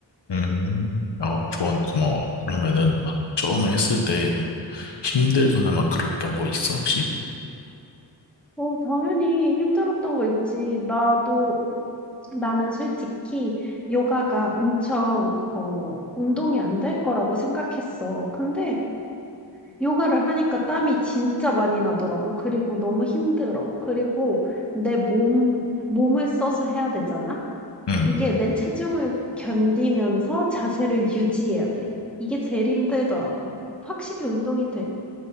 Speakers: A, on the left; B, in the centre.
A: 음. 어, 조언 고마워. 그러면은 막 처음에 했을 때 뭐 힘들거나 막 그랬던 거 있어 혹시?
B: 어, 당연히 힘들었던 거 있지. 나도 나는 솔직히 요가가 엄청 어, 운동이 안 될 거라고 생각했어. 근데 요가를 하니까 땀이 진짜 많이 나더라고. 그리고 너무 힘들어. 그리고 내 몸, 몸을 써서 해야 되잖아?
A: 응.
B: 이게 내 체중을 견디면서 자세를 유지해야 돼. 이게 제일 힘들더라고. 확실히 운동이 돼.